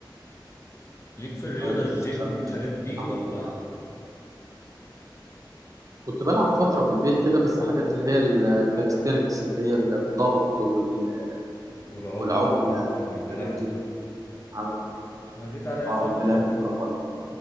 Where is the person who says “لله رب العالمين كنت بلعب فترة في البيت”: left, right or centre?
Right